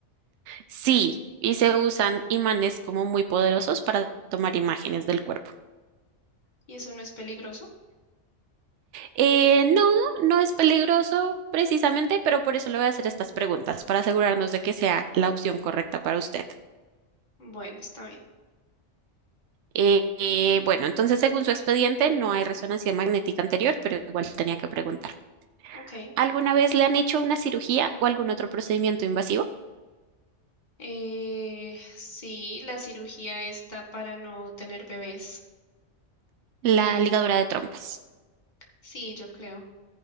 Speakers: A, on the right; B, on the left.
A: Sí, y se usan imanes como muy poderosos para tomar imágenes del cuerpo.
B: y eso no es peligroso.
A: Eh, no, no es peligroso precisamente, pero por eso le voy a hacer estas preguntas, para asegurarnos de que sea la opción correcta para usted.
B: Bueno, está bien.
A: Eh, eh, bueno, entonces, según su expediente, no hay resonancia magnética anterior, pero igual tenía que preguntar.
B: Ok.
A: ¿Alguna vez le han hecho una cirugía o algún otro procedimiento invasivo?
B: Eh, sí, la cirugía está para no tener bebés.
A: La ligadura de trompas.
B: Sí, yo creo.